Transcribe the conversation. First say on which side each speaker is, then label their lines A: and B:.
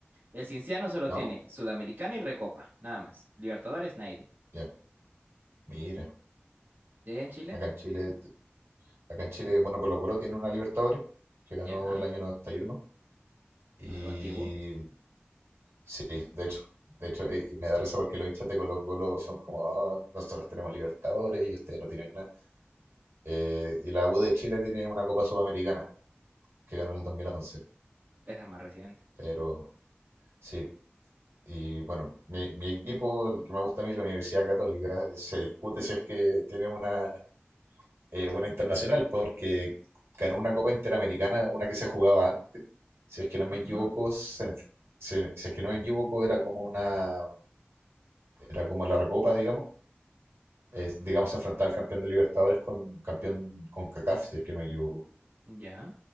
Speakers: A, on the right; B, on the right.
A: El Cinciano solo
B: ¿No?
A: tiene Sudamericana y Recopa, nada más. Libertadores nadie tiene.
B: Ya, mira.
A: ¿Y allá en Chile?
B: Acá en Chile Acá en Chile, bueno, Colo Colo tiene una Libertadores que ganó
A: Ya,
B: el año noventa Y uno y
A: algo antiguo.
B: sí, de hecho, de hecho, y y me da risa porque los hinchas de Colo Colo son como, "Ah, nosotros tenemos Libertadores y ustedes no tienen nada. Eh, y la U de Chile tiene una Copa Sudamericana que ganó en
A: Oh,
B: el dos mil once,
A: esa es más reciente.
B: Pero sí, y bueno, mi, mi equipo, el que me gusta a mí, la Universidad Católica, se discute si es que tiene una. eh, una internacional, porque ganó una Copa Interamericana, una que se jugaba antes. Si es que no me
A: Ujú,
B: equivoco, se enf- se- si es que no me equivoco, era como una, era como la recopa, digamos. Es, digamos, se enfrentaba al campeón de Libertadores con campeón con CACAF, si es que no me equivoco.
A: Ya,